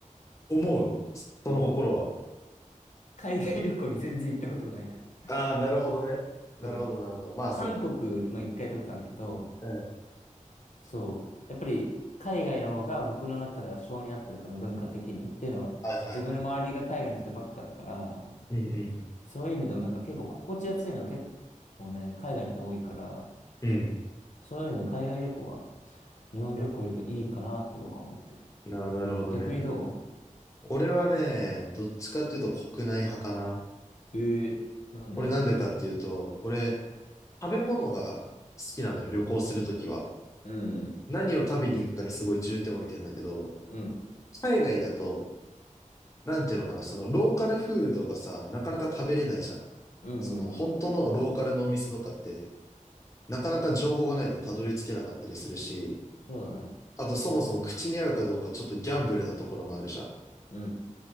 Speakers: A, on the left; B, on the left.
A: 思う。その心は。
B: う。うん。海外旅行に全然行ったことがないから。
A: ああ、なるほどね。なるほど、
B: そう。
A: なるほど。まあ、
B: 韓国、
A: そうか。
B: まあ一回行ったことあるけど、
A: うん
B: そう。やっぱり海外の方が僕の中では性に合ってるから、文化的に。っていうのは、
A: はいはいはい。
B: 自分の周りが海外の人ばっかだから、
A: うん
B: そういう意味でもなんか結構心地やすいのは結構ね、海外の人多いから、
A: うん。うん。
B: そういう意味でも海外旅行は日本旅行よりいいかなって僕は思ってる。
A: な、なるほどね。
B: 逆にど
A: 俺はね、どっちかっていうと国内派かな。
B: うえー、なんで
A: これなんでかっていうと、俺、食べ物が好きなのよ、旅行するときは。
B: うん。
A: 何を食べに行くかにすごい重点を置いてんだけど、
B: うん。
A: 海外だと、なんていうのかな、そのローカルフードがさ、なかなか食べれないじゃん。
B: うんうんうん
A: その本当のローカルのお店とかって、なかなか情報がないとたどり着けなかったりするし、
B: そうだね。
A: あとそもそも口に合うかどうかちょっとギャンブルなところもあるじゃん。
B: うん。